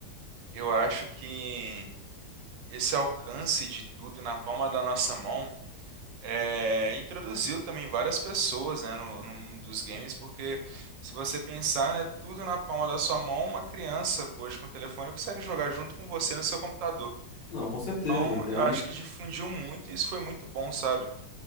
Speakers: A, on the right (about 80°); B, on the left (about 70°).
A: eu acho que esse alcance de tudo na palma da nossa mão é, introduziu também várias pessoas, né, no, no mundo dos games, porque se você pensar, né, tudo na palma da sua mão, uma criança hoje com o telefone consegue jogar junto com você no seu computador.
B: Não, com certeza.
A: Então,
B: Então,
A: eu acho que difundiu muito e isso foi muito bom, sabe?